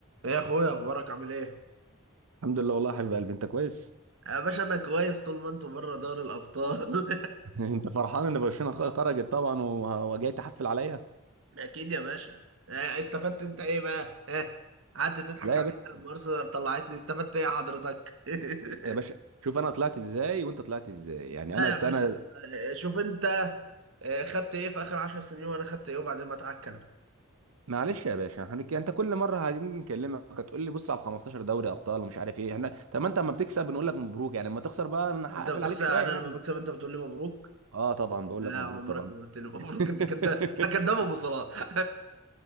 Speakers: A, on the right; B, on the right.
A: ايه يا اخويا اخبارك عامل ايه
B: الحمد لله والله يا حبيب قلبي انت كويس
A: يا باشا انا كويس طول ما انتوا بره دوري الابطال
B: <laughs> انت فرحان ان برشلونه خ- خرجت طبعا و- وجاي تحفل عليا
A: <laughs> اكيد يا باشا آه، استفدت انت ايه بقى ها قعدت تضحك
B: لا
A: عليا
B: يا باشا
A: لما ارسنال طلعتني استفدت ايه يا حضرتك <laughs>
B: يا باشا شوف انا طلعت ازاي وانت طلعت ازاي يعني
A: لا
B: انا
A: يا باشا
B: انا
A: آه، شوف انت آه، خدت ايه في اخر 10 سنين وانا خدت ايه وبعدين ما اتعكل
B: معلش يا باشا احنا هنك- انت كل مره عايزين نكلمك هتقول لي بص على 15 دوري ابطال ومش عارف ايه احنا طب ما انت اما بتكسب بنقول لك مبروك يعني اما تخسر بقى انا
A: انت
B: هقفل
A: بتخسر
B: عليك شويه
A: انا
B: يعني
A: لما بكسب انت بتقول لي مبروك
B: اه طبعا بقول
A: لا
B: لك مبروك
A: عمرك
B: طبعا
A: ما قلت لي مبروك
B: <laughs>
A: <laughs> انت كداب انت كداب ابو صلاح